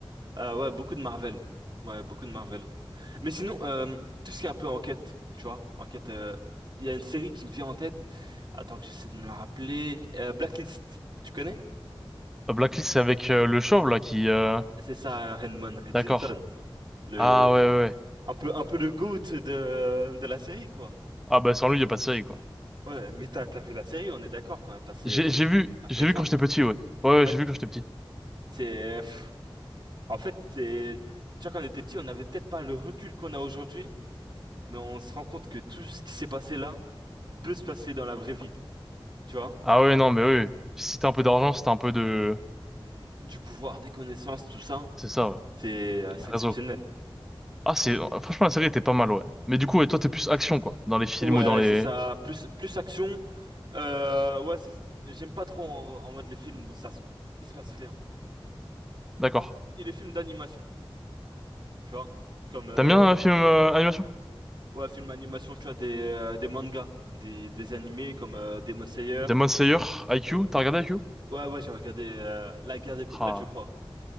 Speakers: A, on the right (about 50°); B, in the centre.
A: Euh, ouais, beaucoup de Marvel. Ouais, beaucoup de Marvel. Mais sinon, euh, tout ce qui est un peu enquête, tu vois, enquête. euh, Il y a une série qui me vient en tête. Attends que j'essaie de me la rappeler. Euh, Blacklist, tu connais?
B: Euh, Blacklist, c'est avec euh, le chauve, là, qui... euh,
A: C'est ça, Redmond, Reddington,
B: D'accord.
A: le
B: Ah, ouais, ouais, ouais.
A: Un peu, un peu le GOAT de, de la série, quoi.
B: Ah, bah, sans lui, y a pas de série, quoi.
A: Ouais, mais t'as, t'as vu la série, on est d'accord quand elle passait
B: J'ai, j'ai vu,
A: à TF1.
B: j'ai vu quand j'étais petit, ouais. Ouais, ouais,
A: Ouais.
B: j'ai vu quand j'étais petit.
A: C'est, pff, en fait, c'est, tu vois, quand on était petit, on n'avait peut-être pas le recul qu'on a aujourd'hui, mais on se rend compte que tout ce qui s'est passé là peut se passer dans la vraie vie, tu vois?
B: Ah, ouais, non, mais oui. oui. Si t'as un peu d'argent, si t'as un peu de...
A: Mm, Du pouvoir, des connaissances, tout ça,
B: C'est ça, ouais.
A: c'est assez
B: le
A: exceptionnel.
B: Réseau. Ah, c'est... Franchement, la série était pas mal, ouais. Mais du coup, ouais, toi, t'es plus action, quoi. Dans les films
A: Ouais,
B: ou dans les...
A: c'est ça, plus, plus action. Euh, ouais, c'est- j'aime pas trop en, en mode les films où ça se, il se passe rien.
B: D'accord.
A: Et les films d'animation. tu vois. Comme euh,
B: T'aimes bien un film euh, animation?
A: ouais, film animation, tu vois, des, euh, des mangas, des, des animés comme euh, Demon Slayer.
B: Demon Slayer, IQ,
A: Euh,
B: t'as regardé IQ?
A: ouais, ouais, j'ai regardé euh, La guerre des poubelles,
B: Ah,
A: je crois.